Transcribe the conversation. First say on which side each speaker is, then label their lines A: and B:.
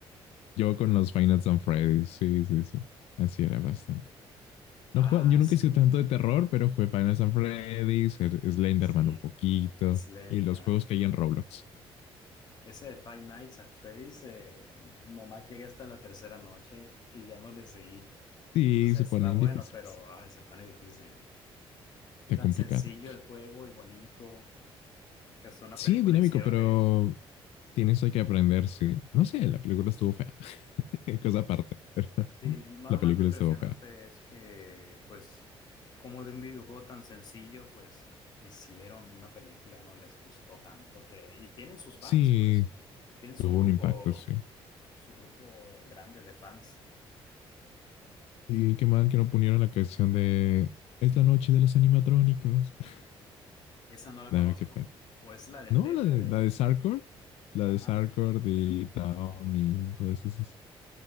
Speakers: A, on the left; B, on the left.
A: Yo con los Five Nights at Freddy's. Sí, sí, sí. Así era bastante.
B: Ah,
A: No jugaba- yo nunca
B: sí,
A: he sido tanto de terror, pero jugué Final Fantasy Freddy's, el- Slenderman
B: sí,
A: un poquito
B: Slenderman.
A: y los juegos que hay en Roblox.
B: Ese de Five Nights at Freddy's, eh, nomás llegué hasta la tercera noche y ya no le seguí.
A: Sí,
B: O sea,
A: se
B: está
A: ponen
B: bueno,
A: difíciles.
B: pero ay, se pone difícil.
A: Está
B: Tan
A: complicado.
B: sencillo el juego y bonito, que hasta una
A: Sí,
B: película
A: dinámico,
B: hicieron
A: pero
B: de él.
A: tienes que aprender. Sí. No sé, la película estuvo fea. <laughs> Cosa aparte, pero
B: Sí, nada
A: la
B: más
A: película
B: lo impresionante
A: estuvo fea.
B: es que, pues, como de un videojuego tan sencillo, pues, hicieron una película, ¿no? Les gustó tanto que... Y tienen sus fans,
A: Sí,
B: pues, tienen su
A: tuvo
B: grupo,
A: un impacto, sí.
B: su grupo grande de fans.
A: Y qué mal que no pusieron la canción de Es la noche de los animatrónicos. <laughs>
B: Esa no la
A: Nada,
B: conozco.
A: qué fea.
B: ¿O es la del
A: No,
B: tema
A: la de,
B: de,
A: la de Sarcord, la
B: Ajá.
A: de Sarcord y Town y todas esas.